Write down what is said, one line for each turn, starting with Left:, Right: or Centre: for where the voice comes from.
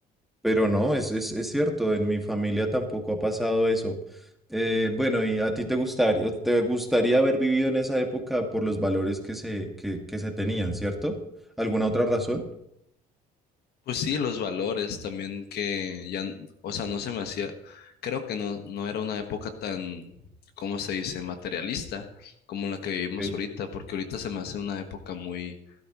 Centre: pero no, es, es, es cierto, en mi familia tampoco ha pasado eso. Eh, bueno, ¿y a ti te gustaría, te gustaría haber vivido en esa época por los valores que se, que, que se tenían, ¿cierto? ¿Alguna otra razón?
Left: Pues sí, los valores también que ya, n- o sea, no se me hacía, creo que no, no era una época tan, ¿cómo se dice?, materialista como la que vivimos
Centre: Sí.
Left: ahorita, porque ahorita se me hace una época muy